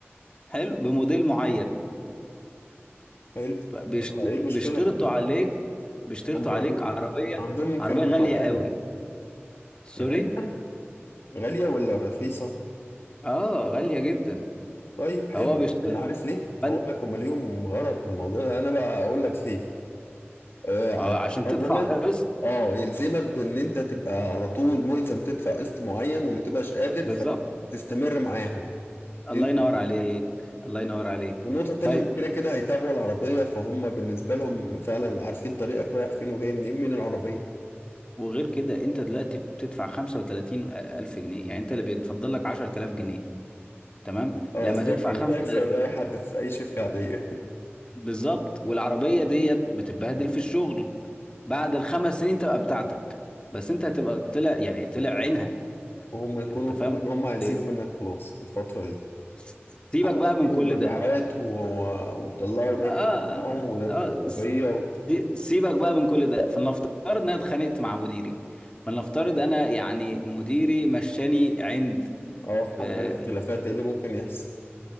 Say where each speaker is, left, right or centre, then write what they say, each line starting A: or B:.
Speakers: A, on the left (about 20°); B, on the left (about 60°).
A: حلو بموديل معين
B: حلو
A: فبيشت-
B: طب ايه المشكلة
A: بيشترطوا عليك بيشترطوا
B: هم
A: عليك عربية
B: عندهم إمكانية
A: عربية غالية
B: معينة
A: قوي سوري
B: غالية غالية ولا رخيصة
A: اه غالية جدا
B: طيب حلو
A: فهو بيشترط
B: أنا عارف ليه
A: فانت
B: أقول لك هم ليهم غرض في الموضوع ده أنا بقى أقول لك ليه آه
A: ما
B: علشان
A: هو عشان
B: أولا
A: تدفع قسط
B: اه يلزمك بإن أنت تبقى على طول ملزم تدفع قسط معين وما تبقاش قادر
A: بالظبط
B: فتستمر معاهم
A: الله
B: دي نقطة
A: ينور عليك الله ينور عليك
B: والنقطة التانية
A: طيب
B: هم كده كده هيتابعوا العربية فهم بالنسبة لهم فعلا عارفين طريقك رايح فين وجاي منين من العربية
A: وغير كده انت دلوقتي بتدفع 35 الف جنيه يعني انت اللي بيتفضل لك 10000 جنيه تمام
B: اه
A: لما
B: زيك
A: تدفع تمام
B: زيك
A: خمسة
B: زي أي حد في أي شركة عادية
A: بالظبط والعربية ديت بتتبهدل في الشغل بعد الخمس سنين تبقى بتاعتك بس انت هتبقى طلع يعني طلع عينها
B: وهم يكونوا
A: انت فاهم
B: خدوا اللي هم
A: قصدي
B: عايزينه
A: ايه
B: منك خلاص في الفترة دي
A: س- سيبك
B: حققوا
A: بقى من
B: المبيعات
A: كل ده
B: و- وطلعوا الربح
A: اه اه
B: بتاعهم وربح
A: آه،
B: العربية
A: س-
B: و-
A: سي- سيبك بقى من كل ده فلنفترض ان انا اتخانقت مع مديري فلنفترض انا يعني مديري مشاني عند
B: اه في
A: ب-
B: حل الاختلافات ايه اللي ممكن يحصل